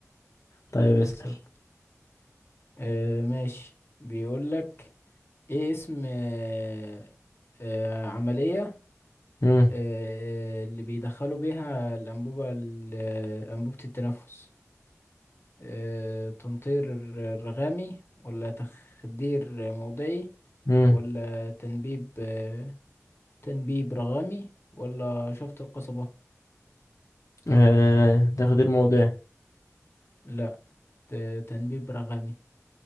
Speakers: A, on the left (about 80°); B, on the left (about 45°).
A: طيب اسأل
B: السكر آه ماشي بيقول لك ايه اسم آه آه عملية
A: مم.
B: آه آه، اللي بيدخلوا بيها الأنبوبة ال- آه، أنبوبة التنفس آه تنطير رغامي ولا تخدير موضعي
A: مم.
B: ولا تنبيب آه تنبيب رغامي ولا شفط القصبة
A: آه تخدير موضعي
B: لا ت- تنبيب رغامي